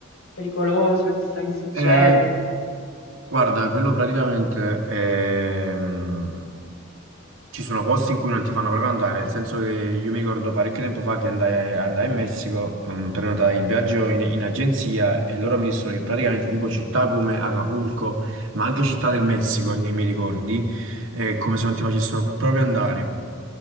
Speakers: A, on the left; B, on the right.
A: pericoloso, chissà che succede.
B: Eh, guarda, quello praticamente è, mm, Ci sono posti in cui non ti fanno proprio andare, nel senso che io mi ricordo parecchio tempo fa che andai, andai in Messico, ehm, prenotai il viaggio in, in agenzia e loro mi dissero che praticamente tipo città come Acapulco, ma anche città del Messico, nei miei ricordi, è come se non ti facessero pro- proprio andare.